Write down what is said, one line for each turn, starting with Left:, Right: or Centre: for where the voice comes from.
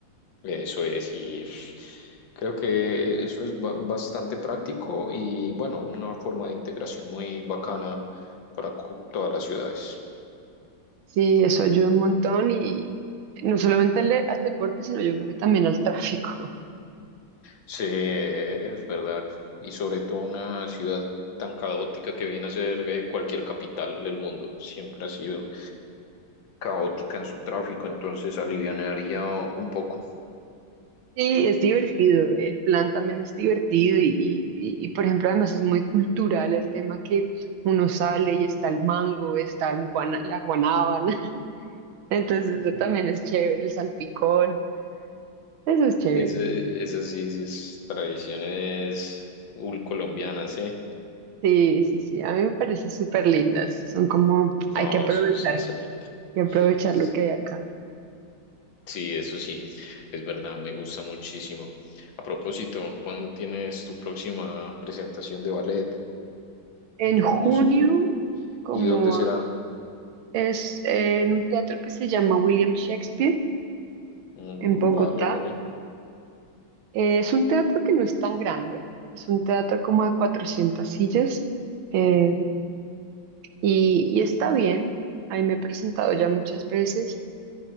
Left: Eso es, y pff, creo que eso es ba- bastante práctico y bueno, una forma de integración muy bacana para cu- todas las ciudades.
Right: Sí, eso ayuda un montón y no solamente al, de- al deporte, sino yo creo que también al tráfico. <laughs>
Left: Sí, es verdad, y sobre todo una ciudad tan caótica que viene a ser eh, cualquier capital del mundo, siempre ha sido caótica en su tráfico, entonces alivianaría un poco.
Right: Sí, es divertido, el plan también es divertido y, y, y, por ejemplo además es muy cultural el tema que uno sale y está el mango, está el guana- la guanábana, <laughs> entonces
Left: <laughs>
Right: eso también es chévere, el salpicón, eso es chévere.
Left: Ese, eso sí, sí es tradiciones ul- colombianas, ¿eh?
Right: Sí, sí, sí, a mí me parece súper lindas, son como
Left: No,
Right: hay que aprovechar.
Left: eso es excelente.
Right: y aprovechar
Left: Es,
Right: lo que hay acá.
Left: sí, eso sí, es verdad, me gusta muchísimo. A propósito, ¿cuándo tienes tu próxima presentación de ballet?
Right: En
Left: En junio,
Right: junio,
Left: ¿cierto?
Right: como
Left: ¿Y dónde será?
Right: es eh, en un teatro que se llama William Shakespeare,
Left: Mm,
Right: en Bogotá,
Left: vale, vale.
Right: eh, es un teatro que no es tan grande, es un teatro como de cuatrocientas sillas eh, y, y está bien, ahí me he presentado ya muchas veces,